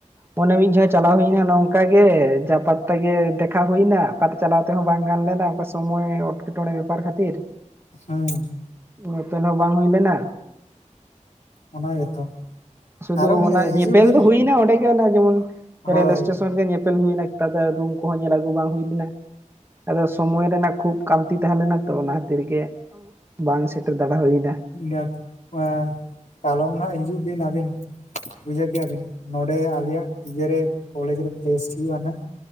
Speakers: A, on the right (about 20°); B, on the left (about 65°).
A: ᱢᱚᱱᱮ ᱢᱤᱫ ᱡᱷᱟᱣ ᱪᱟᱞᱟᱣ ᱦᱩᱭᱮᱱᱟ ᱱᱚᱝᱠᱟ ᱜᱮ ᱡᱟᱯᱟ ᱛᱮᱜᱮ ᱫᱮᱠᱷᱟ ᱦᱩᱭᱱᱟ ᱚᱠᱟ ᱪᱟᱞᱟᱣ ᱛᱮᱦᱚᱸ ᱵᱟᱝ ᱜᱟᱱ ᱞᱮᱱᱟ ᱚᱠᱟ ᱥᱚᱢᱚᱭ ᱚᱴᱠᱮᱴᱚᱬᱮ ᱵᱮᱯᱟᱨ ᱠᱷᱟᱹᱛᱤᱨ
B: ᱦᱮᱸ
A: ᱱᱤᱛᱚᱱ ᱦᱚᱸ ᱵᱟᱝ ᱦᱩᱭ ᱞᱮᱱᱟ
B: ᱚᱱᱟ ᱜᱮᱛᱚ
A: ᱥᱩᱫᱩ
B: ᱟᱨᱚ
A: ᱚᱱᱟ
B: ᱦᱤᱡᱩᱜ
A: ᱧᱮᱯᱮᱞ
B: ᱵᱤᱱ
A: ᱫᱚ ᱦᱩᱭᱱᱟ ᱚᱸᱰᱮ ᱜᱮ ᱚᱱᱟ ᱡᱮᱢᱚᱱ
B: ᱦᱳᱭ
A: ᱨᱮᱞ ᱮᱥᱴᱮᱥᱚᱱ ᱨᱮ ᱧᱮ ᱯᱮᱞ ᱦᱩᱭᱱᱟ ᱮᱴᱟᱜᱟ ᱨᱩᱢ ᱠᱚᱦᱚᱸ ᱧᱮᱞ ᱟᱹᱜᱩ ᱵᱟᱝ ᱦᱩᱭ ᱞᱮᱱᱟ ᱟᱫᱚ ᱥᱚᱢᱚᱭ ᱨᱮᱱᱟᱜ ᱠᱷᱩᱵ ᱠᱟᱹᱞᱛᱤ ᱛᱟᱦᱮᱸ ᱞᱮᱱᱟ ᱛᱚ ᱚᱱᱟ ᱠᱷᱟᱹᱛᱤᱨ ᱜᱮ ᱵᱟᱝ ᱥᱮᱴᱮᱨ ᱫᱟᱲᱟ ᱦᱩᱭᱱᱟ
B: ᱠᱟᱯᱟ ᱠᱟᱞᱚᱢ ᱱᱷᱟᱜ ᱦᱤᱡᱩᱜ ᱵᱤᱱ ᱟᱹᱵᱤᱱ ᱵᱩᱡᱷᱟᱹᱣ ᱠᱮᱭᱟ ᱵᱤᱱ ᱱᱚᱰᱮ ᱟᱞᱮᱭᱟᱜ ᱤᱭᱮᱨᱮ ᱠᱚᱞᱮᱡᱽ ᱨᱮ ᱯᱷᱮᱥᱴ ᱦᱩᱭᱩᱜ ᱟ ᱱᱷᱟᱜ